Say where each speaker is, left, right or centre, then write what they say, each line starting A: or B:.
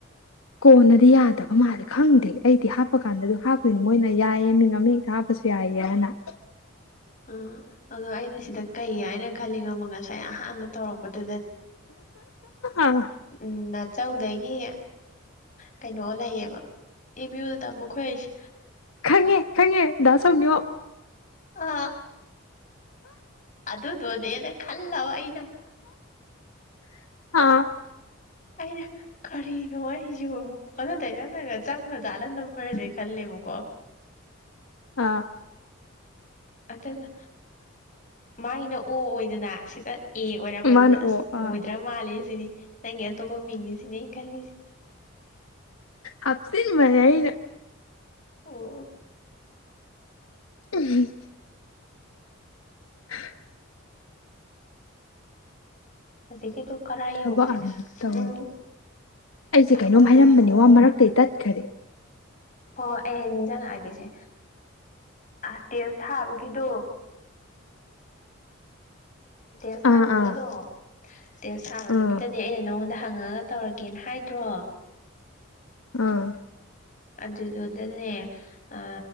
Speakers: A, on the left (about 80°); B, on the left (about 40°).
A: ꯀꯣꯟꯅꯗꯤ ꯌꯥꯗꯕ ꯃꯥꯜꯂꯦ ꯈꯪꯗꯦ ꯑꯩꯗꯤ ꯍꯥꯞꯄ ꯀꯥꯟꯗ ꯍꯥꯞꯇꯣꯏꯅꯤ ꯃꯣꯏꯅ ꯌꯥꯏꯌꯦ ꯃꯤ ꯑꯃ ꯍꯦꯛꯇ ꯍꯥꯞꯄ ꯌꯥꯏꯌꯦ ꯍꯥꯢꯅ
B: ꯎꯝ ꯑꯗꯣ ꯑꯩꯅ ꯁꯤꯗ ꯀꯩ ꯍꯥꯏꯅ ꯈꯜꯂꯤ ꯈꯪꯕ꯭ꯔꯥ ꯑꯃ ꯉꯁꯥꯏ ꯑꯍꯥꯟꯕ ꯇꯧꯔꯛꯄꯗ
A: ꯑꯥ
B: <unintelligible> ꯎꯝ <unintelligible> ꯆꯧꯗꯒꯤ ꯀꯩꯅꯣ ꯂꯩꯌꯦꯕ ꯑꯦ ꯃꯨꯢꯗ ꯇꯝꯕ ꯈꯣꯢꯁꯤ
A: ꯈꯪꯉꯦ ꯈꯪꯉꯦ ꯗꯥ ꯁ꯭ꯋꯥꯃꯤꯌꯣ
B: ꯑ ꯑꯗꯨꯗꯨꯣꯅꯦꯅ ꯈꯜꯂꯕ ꯑꯩꯅ
A: ꯑꯥ
B: ꯑꯩꯩꯅ ꯀꯔꯤꯅꯣ ꯑꯩꯁꯨ ꯑꯗꯨ ꯇꯩꯅꯗꯒ ꯆꯪꯒ ꯆꯥꯜꯂꯝꯗꯝꯃꯔꯁꯦ ꯈꯜꯂꯤ ꯕ ꯀꯣ
A: ꯑꯥ
B: ꯑꯗꯨꯒ ꯃꯥꯒꯤꯅ ꯑꯣ ꯑꯣꯏꯗꯅ ꯁꯤꯗ ꯑꯦ ꯑꯣꯏꯔꯝꯕꯗꯨꯗ
A: ꯃꯥꯅ
B: ꯑꯁ
A: ꯑꯣ ꯑꯥ
B: ꯑꯣꯏꯗ꯭ꯔ ꯃꯥꯜꯂꯦ ꯁꯤꯅꯤ ꯅꯪꯒꯤ ꯑꯇꯣꯞꯄ ꯃꯤꯡꯅꯤꯁꯤꯅꯦ ꯑꯩꯅ ꯈꯜꯂꯤꯁꯦ
A: ꯍꯥꯞꯁꯤꯅ ꯃꯅꯏꯅ
B: ꯑꯣ
A: ꯎꯝ <inaudible>
B: ꯍꯧꯖꯤꯛꯀꯤꯗꯣ ꯀꯔ
A: ꯊꯕꯛ
B: ꯌꯧꯈ꯭ꯔꯦ
A: ꯑꯃꯅꯤ ꯇꯧꯔꯦ
B: ꯎꯝ
A: ꯑꯩꯁꯦ
B: ꯊꯕꯛ
A: ꯀꯩꯅꯣꯝ
B: ꯑꯃꯅꯦ
A: ꯍꯥꯏꯔꯝꯕꯅꯤ
B: ꯑꯣ
A: ꯋꯥ ꯃꯔꯛꯇ ꯇꯠꯈꯔꯦ
B: ꯍꯣꯏ ꯍꯣꯏ ꯑꯩ ꯅꯤꯡꯁꯤꯡꯉꯛꯑꯒꯦꯁꯦ ꯑ ꯇꯦꯁ ꯊꯥꯕꯒꯤꯗꯣ ꯇꯦꯁ ꯁꯥꯕꯒꯤꯗꯣ
A: ꯑꯥ ꯑꯥ
B: ꯇꯦꯁ ꯁꯥꯕꯒꯤꯗꯨꯗꯅꯦ
A: ꯑꯥ
B: ꯑꯩꯅ ꯅꯪꯉꯣꯟꯗ ꯍꯪꯉꯒ ꯇꯧꯔꯒꯦꯅ ꯍꯥꯏꯗ꯭ꯔꯣ
A: ꯑꯥ
B: ꯑꯗꯨꯗꯨꯅꯅꯦ ꯑ